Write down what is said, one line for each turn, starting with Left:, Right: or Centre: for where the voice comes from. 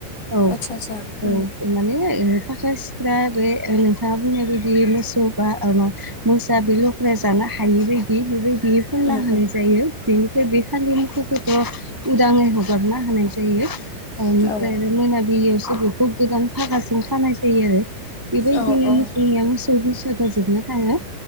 Right: औ
Left: आतसा आतसा
Right: औ
Left: उम
Right: माने ओ फाख्रा सिख्रा बे नोंथाङा बुंनाय बायदि मोसौ बा ओ मा मोसा बे लख्राया जानो हायि बायदि बेबायदि फोनना
Left: उम
Right: होनाय जायो बेनि बेखालि मोसौखौथ' उदाङै हगारना होनाय जायो बेनिफ्राय
Left: उम
Right: आरो मोनाबिलियावसो बेखौ गोदान फागाजों खानाय जायो आरो बेबायदिनो
Left: औ औ
Right: मोसौनिया मोसौ बैसोगोआ जोबना थाङो